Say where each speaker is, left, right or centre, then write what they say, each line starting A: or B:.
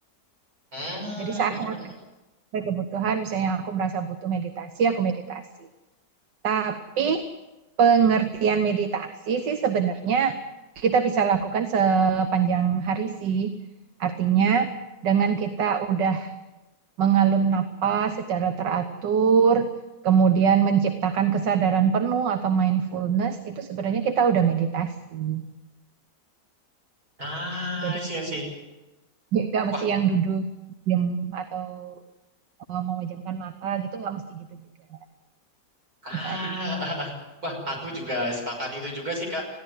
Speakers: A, on the right; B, on the right.
A: Hmm.
B: Jadi saat saat
A: <laughs>
B: sesuai kebutuhan, misalnya aku merasa butuh meditasi, aku meditasi. Tapi pengertian meditasi sih sebenarnya kita bisa lakukan sepanjang hari sih. Artinya dengan kita udah mengalun napas secara teratur, kemudian menciptakan kesadaran penuh atau mindfulness, itu sebenarnya kita udah meditasi.
A: Ah,
B: Jadi
A: sih sih.
B: nggak
A: Wah,
B: mesti yang duduk diam atau eh, memejamkan mata gitu, nggak mesti gitu juga,
A: Ah,
B: Givari.
A: ah, ah. wah, aku juga sepakat itu juga sih, Kak.